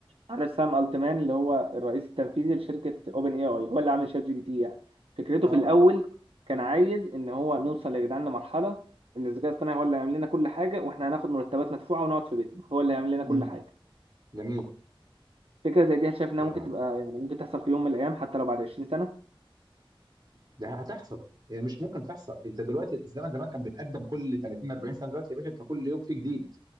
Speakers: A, on the right; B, on the right.
A: عارف سام التمان اللي هو الرئيس التنفيذي لشركه اوبن اي اي هو اللي عامل شات جي بي تي يعني فكرته
B: اه
A: في الاول كان عايز ان هو نوصل يا جدعان لمرحله ان الذكاء الاصطناعي هو اللي هيعمل لنا كل حاجه واحنا هناخد مرتبات مدفوعه ونقعد في بيتنا هو اللي هيعمل لنا كل
B: امم
A: حاجه
B: جميل
A: فكره زي دي هل شايف انها
B: يا
A: ممكن
B: نهار
A: تبقى
B: ابيض
A: يعني ممكن تحصل في يوم من الايام حتى لو بعد 20 سنه
B: ده هتحصل هي مش ممكن تحصل انت دلوقتي الزمن زمان كان بيتقدم كل 30 40 سنه دلوقتي يا باشا انت كل يوم في جديد